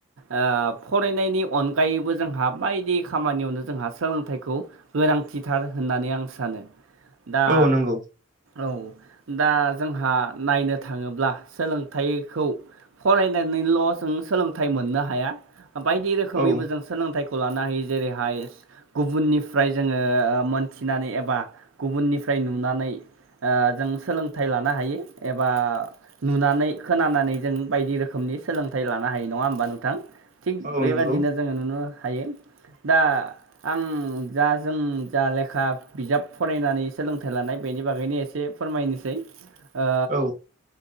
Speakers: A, on the right; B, on the right.
A: आ फरायनायनि अनगायैबो जोंहा बायदि खामानियावनो जोंहा सोलोंथाइखौ गोनां थिथार होननानै आं सानो। दा,
B: औ नंगौ
A: औ दा जोंहा नायनो थाङोब्ला सोलोंथाइखौ फरायनानैल' जों सोलोंथाइ मोननो हा हाया। बायदि रोखोमैबो
B: औ
A: जों सोलोंथाइखौ लानो हायो जेरैहाय गुबुननिफ्राय जोङो ओ, मोनथिनानै एबा गुबुननिफ्राय नुनानै ओ, जों सोलोंथाइ लानो हायो एबा नुनानै खोनानानै जों बायदि रोखोम नि सोलोंथाइ लानो हायो। नङा होमबा नोंथां? थिग
B: औ
A: बेबायदिनो
B: नंगौ
A: जोङो नुनो हायो दा आं जा जों जा लेखा बिजाब फरायनानै सोलोंथाइ लानाय बे बेनि बागैनो एसे फोरमायनोसै ओ
B: औ